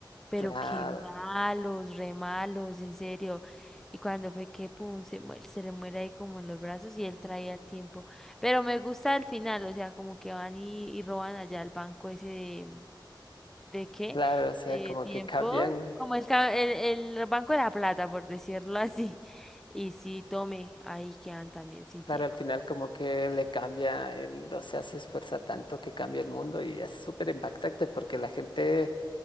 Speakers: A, in the centre; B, on the left.
A: Pero
B: claro.
A: qué malos, re malos, en serio. Y cuando fue que pum, se, muere, se le muere ahí como en los brazos y él traía el tiempo. Pero me gusta el final, o sea, como que van y, y roban allá el banco ese de, ¿de qué?
B: Claro, o sea,
A: De
B: como
A: tiempo,
B: que cambian,
A: como el, ca- el, el Banco de la Plata, por decirlo <laughs> así. Y sí, tome, ahí quedan también sin
B: claro,
A: tiempo.
B: al final como que le cambia, el, o sea, se esfuerza tanto que cambia el mundo y es súper impactante porque la gente